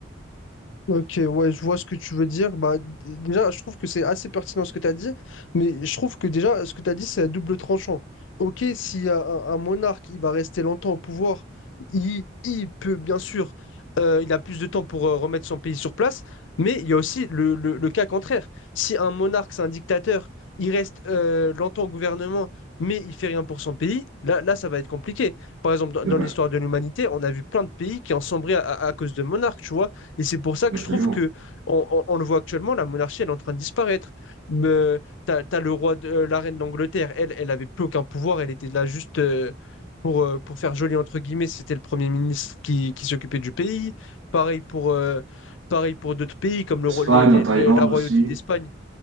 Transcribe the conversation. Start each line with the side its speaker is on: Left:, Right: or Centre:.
Left: Ok, ouais, je vois ce que tu veux dire. Bah, d- déjà, je trouve que c'est assez pertinent ce que tu as dit, mais je trouve que déjà, ce que tu as dit, c'est à double tranchant. Ok, si un, un monarque, il va rester longtemps au pouvoir, il, il peut, bien sûr, euh, il a plus de temps pour euh, remettre son pays sur place, mais il y a aussi le, le- le cas contraire. Si un monarque, c'est un dictateur, il reste euh, longtemps au gouvernement, mais il fait rien pour son pays, là, là, ça va être compliqué. Par exemple, dans,
Right: C'est
Left: dans
Right: vrai,
Left: l'histoire de l'humanité, on a vu plein de pays qui ont sombré à à- à cause de monarques, tu vois. Et c'est pour ça que
Right: absolument.
Left: je trouve que on, on- on le voit actuellement, la monarchie, elle est en train de disparaître. Mais, t'as, t'as le roi de, euh, la reine d'Angleterre, elle, elle avait plus aucun pouvoir, elle était là juste euh, pour, euh, pour faire joli entre guillemets, c'était le premier ministre qui, qui s'occupait du pays. Pareil pour, euh, pareil pour d'autres pays comme le,
Right: Espagne,
Left: ro- les- les-
Right: en Thaïlande
Left: les- la royauté
Right: aussi,
Left: d'Espagne.